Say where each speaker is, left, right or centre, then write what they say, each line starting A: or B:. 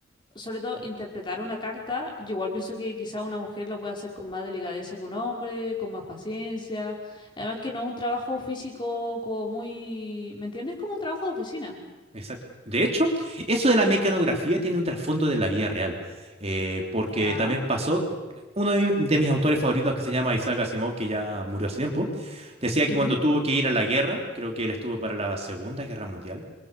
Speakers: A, on the left (about 25°); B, on the right (about 30°).
A: sobre todo interpretar una carta, yo igual pienso que quizá una mujer lo puede hacer con más delicadeza que un hombre, con más paciencia. Además que no es un trabajo físico como muy, ¿me entiendes? Como un trabajo de oficina.
B: Exacto. De hecho, eso de la mecanografía tiene un trasfondo de la vida real, eh, porque
A: Ya.
B: también pasó, uno de mi- de mis autores favoritos que se llama Isaac Asimov, que ya murió hace tiempo, decía que
A: ujú,
B: cuando tuvo que ir a la guerra, creo que él estuvo para la Segunda Guerra Mundial,